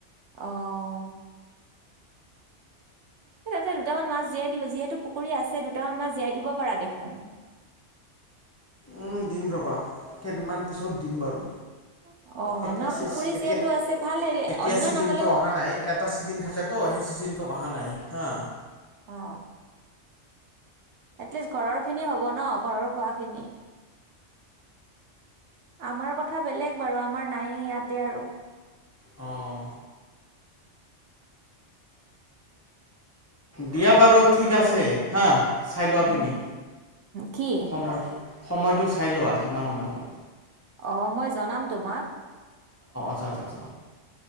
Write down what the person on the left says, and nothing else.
উম দিম ৰবা কেইদিমান পিছত দিম বাৰু
এতিয়া
এতিয়া
এতিয়া
চিজনটো
অহা নাই এটা চিজন থাকেতো সেই চিজনটো অহা। নাই হা
আহ দিয়া বাৰু ঠিক আছে হা। চাই লোৱা
তুমি
সময়টো সময়টো চাই লোৱা কিমান সময় হ'ল
জ জ জ,